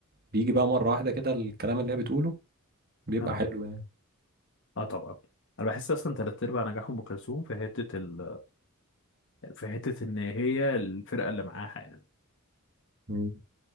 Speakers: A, on the right; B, on the left.
A: بيجي بقى مره واحده كده الكلام اللي هي بتقوله بيبقى
B: اه
A: حلو يعني
B: اه طبعا انا بحس اصلا تلات ارباع نجاح ام كلثوم في حته ال... في حته ان هي الفرقه اللي معاها يعني
A: مم.